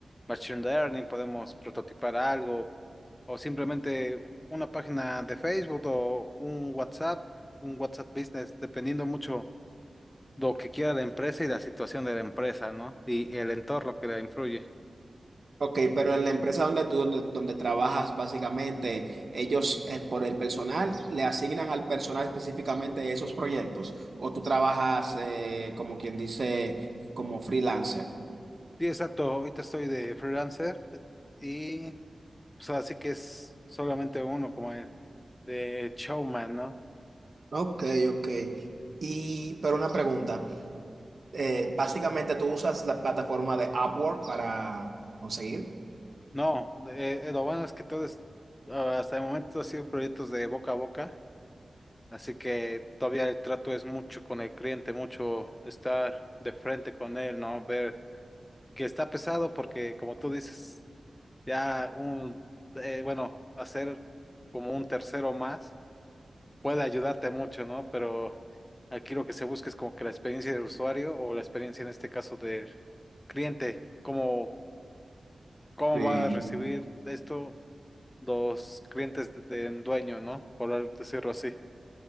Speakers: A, on the left; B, on the right.
A: machine learning, podemos prototipar algo o simplemente una página de Facebook o un WhatsApp, un WhatsApp Business, dependiendo mucho lo que quiera la empresa y la situación de la empresa, ¿no? Y y el entorno que la influye.
B: Ok, pero en la empresa donde tú, donde, donde trabajas, básicamente, ellos eh, por el personal le asignan al personal específicamente esos proyectos, o tú trabajas eh, como quien dice, como freelancer.
A: Sí, exacto, ahorita estoy de freelancer y pues así que es solamente uno como el de showman, ¿no?
B: Ok, ok. Y, pero una pregunta, eh, básicamente tú usas la plataforma de Upwork para conseguir.
A: No, de- eh, lo bueno es que todos, ah, hasta el momento, han sido proyectos de boca a boca, así que todavía el trato es mucho con el cliente, mucho estar de frente con él, ¿no? Ver que está pesado porque, como tú dices, ya un, eh, bueno, hacer como un tercero más puede ayudarte mucho, ¿no? Pero aquí lo que se busca es como que la experiencia del usuario o la experiencia en este caso del cliente, cómo, cómo
B: Sí.
A: va a recibir esto los clientes de- del dueño, ¿no? Por al- decirlo así.